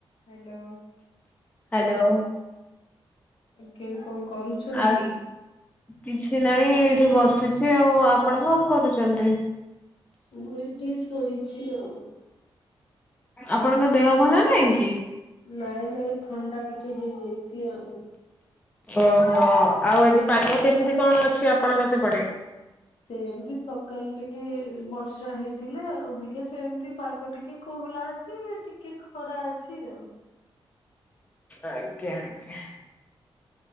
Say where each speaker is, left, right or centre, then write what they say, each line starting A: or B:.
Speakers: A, on the left (about 65°); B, on the left (about 15°).
A: Hello.
B: Hello.
A: କିଏ କଣ କରୁଛନ୍ତି।
B: ଆଉ କିଛି ନାହିଁ ଏଇଠି ବସିଛି ଆଉ ଆପଣ କଣ କରୁଚନ୍ତି।
A: ମୁଁ ଏଇଠି ଶୋଇଛି ଆଉ।
B: ଆପଣଙ୍କ ଦେହ ଭଲ ନାଇଁ କି?
A: ନାଇଁ ନାଇଁ ଥଣ୍ଡା ଟିକେ ହେଇଯାଇଛି ଆଉ।
B: ଓହୋ ଆଉ ଆଜି ପାଗ କେମିତି କଣ ଅଛି ଆପଣଙ୍କ ସେପଟେ।
A: ସେ ଏମିତି ସ କାଲି ଟିକେ ବର୍ଷା ହେଇଥିଲା ଅବିକା ସେମିତି ପାଗ ଟିକେ ଖୋହଲା ଅଛି ଟି ଟିକେ ଖରା ଅଛି ଆଉ।
B: ଆଜ୍ଞା ଆଜ୍ଞା।